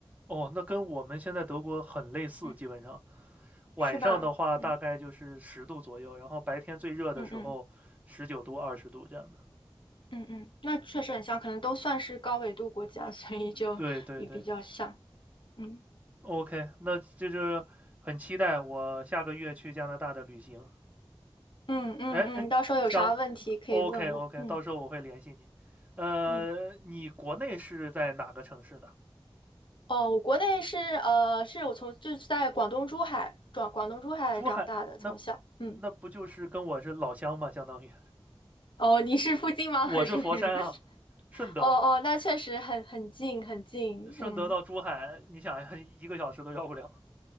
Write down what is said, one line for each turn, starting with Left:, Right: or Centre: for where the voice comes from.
Right: 哦，那跟我们现在德国很类似，
Left: 嗯，
Right: 基本上。晚上的话大概就是十度左右，
Left: 是吧？嗯
Right: 然后白天最热的时候十九度、
Left: 嗯嗯。
Right: 二十度这样的。
Left: 嗯嗯，那确实很像，可能都算是高纬度国家，<laughs> 所以就也比较像。
Right: 对对对
Left: 嗯
Right: ，OK，那就是很期待我下个月去加拿大的旅行。
Left: 嗯嗯嗯，
Right: 哎哎，
Left: 到时候有啥问题可以问我。
Right: 想 OK OK，
Left: 嗯
Right: 到时候我会联系你。呃，
Left: 嗯，
Right: 你国内是在哪个城市的？
Left: 哦，我国内是呃，是我从就是在广东珠海转广东珠海长大的，
Right: 珠海，那
Left: 从小。嗯，
Right: 那不就是跟我是老乡吗？相当于
Left: 哦，你是附近吗？
Right: 我是佛山啊，
Left: 还是？<laughs>
Right: 顺德。
Left: 哦哦，那确实很很近很近。
Right: 顺德到珠海，
Left: 嗯，
Right: 你想呀，一个小时都要不了。